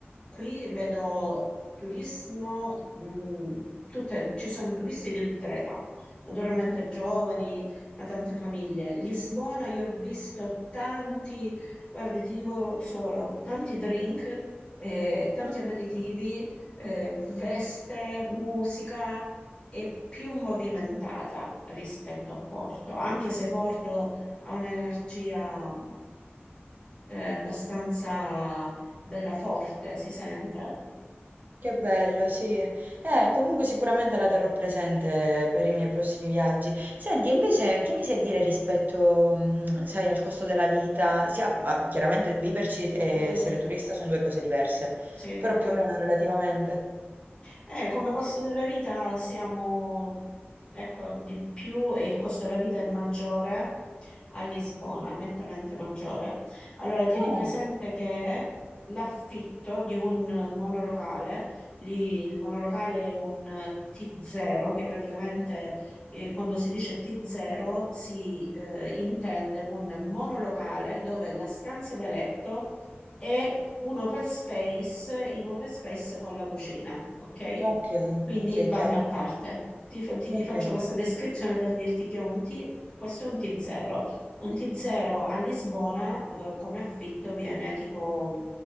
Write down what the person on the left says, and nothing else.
qui vedo turismo, mh, tutte- ci sono turisti di tutte le età naturalmente giovani, ma tante famiglie. Lisbona, io ho visto tanti, guarda, ti dico solo, tanti drink, eh, tanti
aperitivi, eh, feste,
musica e più movimentata rispetto a Porto, anche se Porto ha un'energia, eh, abbastanza bella forte, si sente.
Mm.
Sì.
Eh, come costo della vita siamo, ecco, di più e il costo della vita è maggiore a Lisbona, nettamente maggiore. Allora, tieni
presente che l'affitto di un monolocale, lì il monolocale è un T0, che praticamente eh, quando si dice T0 si eh, intende un monolocale dove la stanza da letto e un open space in open space con la cucina, ok?
Quindi
bagno
a parte. Ti, fa- ti
ti faccio questa descrizione per dirti che è un T, questo è un T0. Un T0 a Lisbona, eh, come affitto viene tipo,